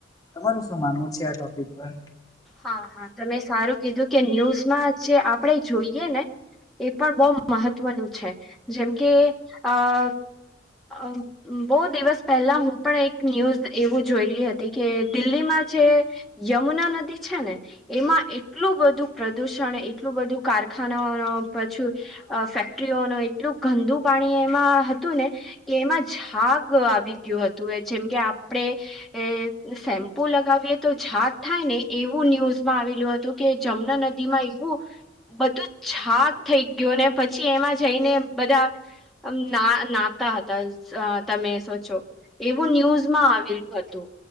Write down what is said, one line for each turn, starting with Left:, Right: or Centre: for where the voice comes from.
Left: તમારું શું માનવું છે આ ટોપિક પર?
Centre: હા હા, તમે સારું કીધું કે ન્યૂઝમાં જે આપણેે જોઈએ ને એ પણ બહુ મહત્વનું છે, જેમ કે અહ અમ્મ બહુ દિવસ પહેલા, હું પણ એક ન્યૂઝ એવું જોયલી હતી કે દિલ્હીમાં જે યમુના નદી છે ને. એમાં એટલું બધું પ્રદુષણ, એટલું બધું કારખાના પછું અહ, ફેક્ટરીઓનું એટલું ગંદુ પાણી એમાં હતું ને કે એમાં ઝાગ આવી ગયું હતું, જેમ કે આપડે એ શેમ્પુ લગાવીએ તો ઝાડ થાય ને? એવું ન્યુઝમાં આવેલું હતું કે જમુના નદી માં એવું બધું ઝાડ થઈ ગયું ને, પછી એમાં જઈને બધા ના, નાહતા હતા, તમે તો જોવો. એવું ન્યૂઝમાં આવેલું હતું,